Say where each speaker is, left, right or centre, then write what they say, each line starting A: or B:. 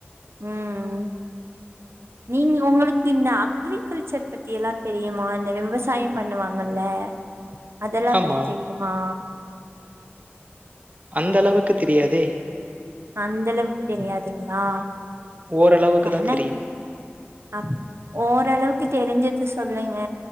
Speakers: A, on the right; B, on the right.
A: ம் நீங்க உங்களுக்கு இந்த அக்ரிகல்ச்சர் பத்தி எல்லா தெரியுமா இந்த விவசாயம் பண்ணுவாங்கல்ல அதெல்லா
B: ஆமா
A: பத்தி தெரியுமா
B: அந்தளவுக்குத் தெரியாதே
A: அந்தளவுக்கு தெரியாதுங்ளா
B: ஓரளவுக்கு தா
A: எனக்
B: தெரியு
A: அப் ஓரளவுக்கு தெரிஞ்சத் சு சொல்லுங்க